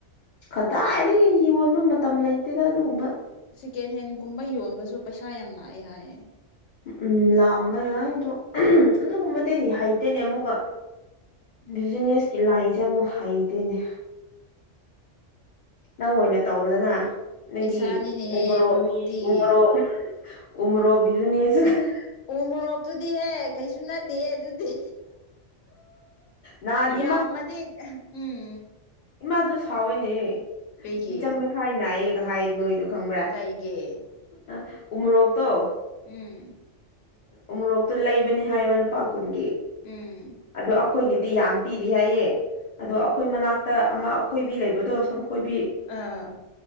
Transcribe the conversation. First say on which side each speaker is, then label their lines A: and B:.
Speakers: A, on the left (about 55°); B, on the left (about 80°).
A: ꯀꯗꯥꯏꯗꯒꯤ ꯌꯣꯟꯕ ꯃꯇꯝ ꯂꯩꯇꯦꯗ ꯑꯗꯨꯒꯨꯝꯕ
B: ꯁꯦꯀꯦꯟ ꯍꯦꯟꯒꯨꯝꯕ ꯌꯣꯟꯕꯁꯨ ꯄꯩꯁꯥ ꯌꯥꯝ ꯂꯥꯛꯑꯦ ꯍꯥꯏꯌꯦ
A: ꯎꯝ ꯂꯥꯛꯑꯝꯕ ꯌꯥꯏ ꯑꯗꯣ ꯑꯝ ꯑꯗꯨꯒꯨꯝꯕꯗꯤ ꯍꯩꯇꯦꯅꯦ ꯑꯃꯨꯛꯀ
B: ꯎꯝ
A: ꯕꯤꯖꯤꯅꯦꯁꯀꯤ ꯂꯥꯏꯟꯁꯦ ꯑꯃꯨꯛ ꯍꯩꯇꯦꯅꯦ ꯅꯪ ꯑꯣꯏꯅ ꯇꯧꯔꯣꯗꯅ ꯑꯩꯗꯤ
B: ꯄꯩꯁꯥꯅꯤꯅꯦꯍꯦ
A: ꯎꯃꯣꯔꯣꯛ
B: ꯃꯔꯨꯗꯤ
A: ꯎꯃꯣꯔꯣꯛ ꯎꯃꯣꯔꯣꯛ ꯕꯤꯖꯤꯅꯦꯁ ꯇꯨꯗ
B: ꯎꯃꯣꯔꯣꯛꯇꯨꯗꯤꯍꯦ ꯀꯩꯁꯨ ꯅꯠꯇꯦꯍꯦ ꯑꯗꯨꯗꯤ
A: ꯅꯍꯥꯟ
B: ꯌꯥꯝ ꯃꯗꯤ ꯎꯝ
A: ꯏꯃꯥꯗ ꯁꯥꯎꯋꯦꯅꯦ
B: ꯀꯩꯒꯤ
A: ꯃꯤꯆꯪ ꯃꯤꯈꯥꯏ ꯅꯥꯏꯑꯦꯒ ꯍꯥꯏ ꯅꯣꯏꯗ ꯈꯪꯕ꯭ꯔꯥ ꯑ
B: ꯀꯩꯒꯤ
A: ꯎꯃꯣꯔꯣꯛꯇꯣ
B: ꯎꯝ
A: ꯎꯃꯨꯔꯣꯛꯇꯣ ꯂꯩꯕꯅꯤ ꯍꯥꯏꯕ ꯂꯨꯄꯥ ꯀꯨꯟꯒꯤ
B: ꯎꯝ
A: ꯑꯗꯣ ꯑ ꯑꯩꯈꯣꯏꯒꯤꯗꯤ ꯌꯥꯝ ꯄꯤꯗꯦ ꯍꯥꯏꯌꯦ ꯑꯗꯣ ꯑꯩꯈꯣꯏ ꯃꯅꯥꯛꯇ ꯑꯃ ꯑꯈꯣꯏꯕꯤ ꯂꯩꯕꯗꯣ ꯁꯝꯈꯣꯏꯕꯤ
B: ꯑꯥ